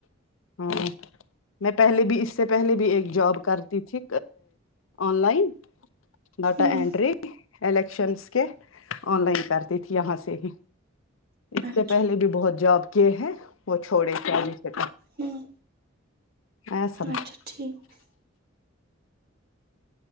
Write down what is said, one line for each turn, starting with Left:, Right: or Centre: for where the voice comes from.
Left: ہاں میں پہلے بھی اس سے پہلے بھی ایک جوب کرتی تھی آن لائن ڈیٹا
Right: ہوں
Left: انٹری الیکشنس کے آن لائن کرتی تھی یہاں سے ہی اس
Right: اچھا
Left: سے پہلے بھی بہت جاب کیے ہیں وہ چھوڑے <inaudible> سے
Right: ہوں
Left: آیا سم
Right: اچھا ٹھیک